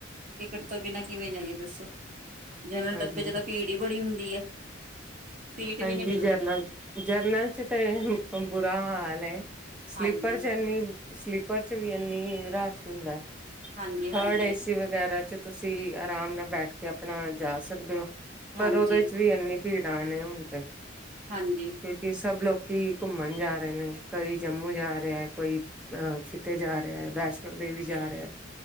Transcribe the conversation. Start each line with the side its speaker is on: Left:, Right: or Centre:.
Right: ਟਿਕਟ ਤੋਂ ਬਿ ਨਾ ਕਿਵੇਂ ਜਾਈਏ ਦੱਸੋ? ਜਨਰਲ
Centre: ਹਾਂਜੀ।
Right: ਡੱਬੇ ਚ ਤਾਂ ਭੀੜ ਹੀ ਬੜੀ ਹੁੰਦੀ ਆ। ਸੀਟ
Centre: ਹਾਂਜੀ
Right: ਵੀ ਨੀ ਮਿਲਦੀ
Centre: ਜਰਨਲ, ਜਰਨਲ ਚ ਤੇ ਬਮ ਬੁਰਾ ਹਾਲ ਏ। ਸਲੀਪਰ
Right: ਹਾਂਜੀ
Centre: ਚ ਏਨੀ ਸਲੀਪਰ ਚ ਵੀ ਇੰਨੀ ਰਸ਼ ਹੁੰਦਾ ਏ।
Right: ਹਾਂਜੀ ਹਾਂਜੀ
Centre: ਥਰਡ ਏ ਸੀ ਵਗੈਰਾ ਚ ਤੁਸੀਂ ਆਰਾਮ ਨਾਲ ਬੈਠ ਕੇ ਆਪਣਾ ਜਾ ਸਕਦੇ ਹੋ
Right: ਹਾਂਜੀ
Centre: ਪਰ ਉਹਦੇ ਚ ਵੀ ਇੰਨੀ ਭੀੜ ਸਾਨ ਤੇ
Right: ਹਾਂਜੀ
Centre: ਕਿਉਂਕਿ ਸਭ ਲੋਕ ਕੀ ਘੁੰਮਣ ਜਾ ਰਹੇ ਨੇ ਕੋਈ ਜੰਮੂ ਜਾ ਰਿਹਾ ਕੋਈ ਅਹ ਕਿਤੇ ਜਾ ਰਿਹਾ ਵੈਸ਼ਨੋ ਦੇਵੀ ਜਾ ਰਿਹਾ